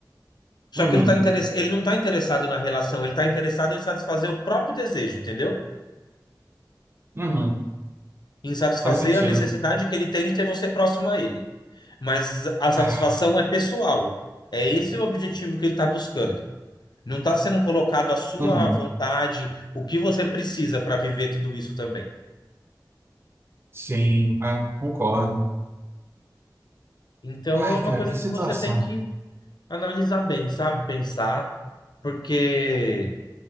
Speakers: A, on the left (about 65°); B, on the right (about 30°).
A: Só
B: Uhum,
A: que ele tá interes- ele não está interessado na relação, ele está interessado em satisfazer o próprio desejo, entendeu?
B: uhum,
A: Em satisfazer
B: faz sentido.
A: a necessidade que ele tem de ter você próximo a ele. Mas a satisfação
B: Ah,
A: é pessoal. É esse o objetivo que ele está buscando. Não está sendo colocado a sua
B: Uhum.
A: vontade, o que você precisa para viver tudo isso também.
B: Sim, ah, concordo.
A: Então
B: Ai,
A: é uma
B: cara,
A: coisa
B: que
A: que
B: situação.
A: você tem que analisar bem, sabe? Pensar. porque